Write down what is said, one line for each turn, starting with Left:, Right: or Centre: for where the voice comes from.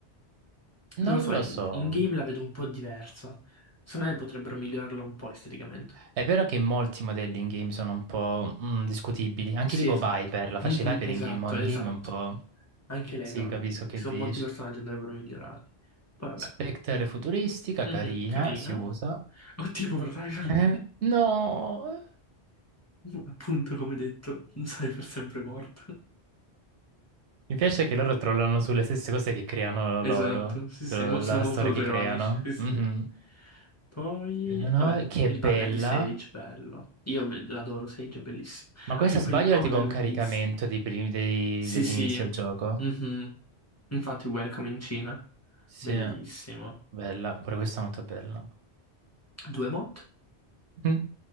Left: Non
Right: non
Left: lo so,
Right: lo
Left: in,
Right: so.
Left: in game la vedo un po' diversa. Secondo me potrebbero migliorarla un po' esteticamente.
Right: È vero che molti modelli in game sono un po' mm, discutibili, anche
Left: Sì,
Right: tipo
Left: esatto.
Right: Viper, la
Left: Mhm,
Right: faccia di Viper
Left: esatto,
Right: in game, mo in
Left: esatto.
Right: game è un po'...
Left: Anche lei,
Right: Sì,
Left: sono-
Right: capisco
Left: ci
Right: che
Left: sono
Right: dici.
Left: molti personaggi che andrebbero migliorati. Poi vabbè,
Right: Spectre è futuristica,
Left: Mhm,
Right: carina,
Left: carina.
Right: si usa.
Left: O tipo per Cyber, <laughs>
Right: Eh? No!
Left: appunto come detto, Cyber sempre morto.
Right: Mi piace che loro trollano sulle stesse cose che creano
Left: Esatto,
Right: loro,
Left: sì,
Right: sulla
Left: sì, mo- sono molto
Right: storia
Left: autoironici,
Right: che creano.
Left: sì, sì.
Right: Mhm.
Left: Poi,
Right: La 9,
Left: vabbè,
Right: che
Left: il
Right: bella.
Left: banner di Sage, bello. Io ve- l'adoro, Sage è bellissimo.
Right: Ma
Left: Anche
Right: questa sbaglio
Left: quella coda
Right: era tipo
Left: lunghissima.
Right: un caricamento dei primi- dei-
Left: Sì,
Right: dell'inizio
Left: sì.
Right: del gioco.
Left: Mhm. Infatti, Welcome in Cina.
Right: Sì,
Left: Bellissimo.
Right: bella, pure questa è molto bella.
Left: Due mod?
Right: Mm.